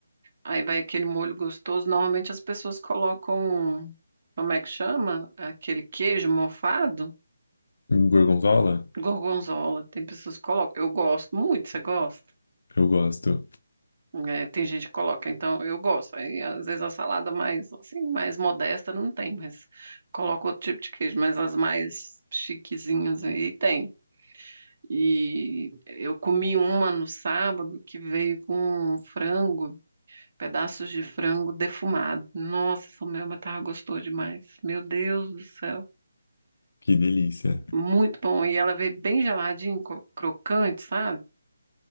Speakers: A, on the right; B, on the left.
A: aí vai aquele molho gostoso. Normalmente as pessoas colocam, como é que chama? Aquele queijo mofado,
B: Gorgonzola?
A: gorgonzola. Tem pessoas que colocam. Eu gosto muito, você gosta?
B: Eu gosto.
A: É, tem gente que coloca, então eu gosto. Aí, às vezes a salada mais assim, mais modesta não tem, mas coloca outro tipo de queijo, mas as mais chiquezinhas aí tem. E eu comi uma no sábado que veio com frango, pedaços de frango defumado. Nossa, essa minha mas tava gostoso demais. Meu Deus do céu,
B: Que delícia.
A: muito bom. E ela veio bem geladinha, cro- crocante, sabe?